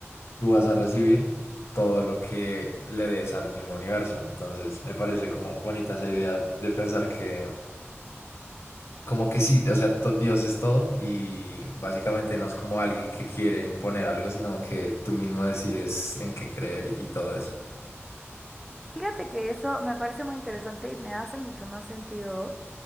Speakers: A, on the left (about 65°); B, in the centre.
A: tú vas a recibir todo lo que le des al mismo universo. Entonces, me parece como bonita esa idea de pensar que, como que sí, o sea, to- Dios es todo y básicamente no es como alguien que quiere imponer algo, sino que tú mismo decides en qué creer y todo eso.
B: Fíjate que eso me parece muy interesante y me hace mucho más sentido.